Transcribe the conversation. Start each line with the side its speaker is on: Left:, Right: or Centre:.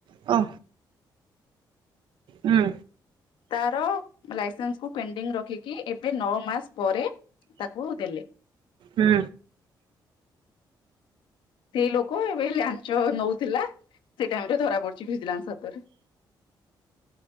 Right: ଅ। ହୁଁ।
Left: ତାର ଲାଇସେନ୍ସକୁ ପେଣ୍ଡିଙ୍ଗ ରଖିକି ଏବେ ନଅ ମାସ ପରେ ତାକୁ ଦେଲେ।
Right: ହୁଁ।
Left: ସେଇ ଲୋକ ଏବେ ଲାଞ୍ଚ ନଉଥିଲା ସେଇ ଟାଇମ ରେ ଧରା ପଡଛି ଭିଜିଲାନ୍ସ ହାତରେ।